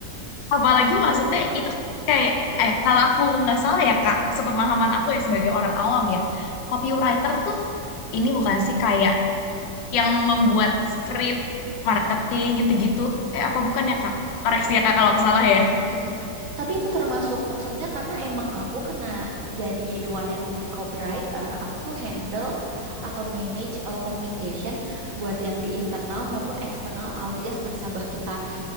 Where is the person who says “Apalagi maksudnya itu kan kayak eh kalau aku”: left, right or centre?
Left